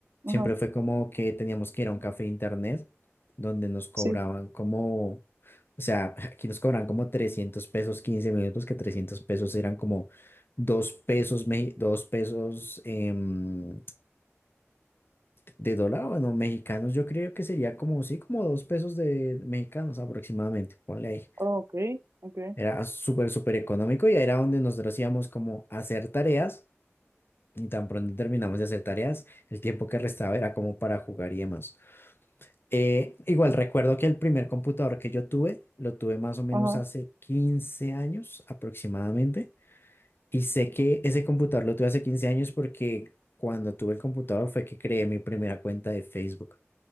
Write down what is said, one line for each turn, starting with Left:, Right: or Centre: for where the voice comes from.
Left: Siempre
Right: ajá,
Left: fue como que teníamos que ir a un café internet donde nos cobraban
Right: sí,
Left: como, o sea, <laughs> aquí nos cobraban como 300 pesos 15 minutos, que 300 pesos eran como 2 pesos, mexi- dos pesos em, de dólar, bueno, mexicanos, yo creo que sería como, sí, como 2 pesos de mexicanos aproximadamente, ponle ahí.
Right: ok, ok,
Left: Era súper, súper económico y era donde nosotros íbamos como a hacer tareas y tan pronto terminamos de hacer tareas, el tiempo que restaba era como para jugar y demás. Eh, igual recuerdo que el primer computador que yo tuve, lo tuve más o menos
Right: ajá,
Left: hace 15 años aproximadamente. Y sé que ese computador lo tuve hace 15 años porque cuando tuve el computador fue que creé mi primera cuenta de Facebook.